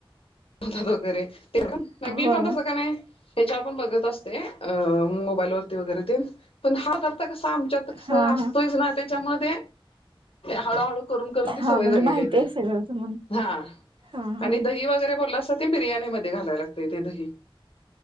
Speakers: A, on the left; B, on the right.
A: होत वगैरे ते पण मी
B: होय
A: पण तसं काय नाही ह्याच्या आपण बघत असतोय अ मोबाईल वरती वगैरे ते पण हळदारता <unintelligible> कस आमच्यात
B: हा
A: असतोच
B: हा
A: ना त्याच्यामध्ये हळूहळू करून करून ती
B: हा
A: सवय
B: म्हणजे
A: झालेली
B: माहिती
A: आहेत
B: आहे सगळं तुम्हाला.
A: हा
B: हा हा.
A: आणि दही भात बोलासा ते बिर्याणीमध्ये घायला लागतंय ते दही‌.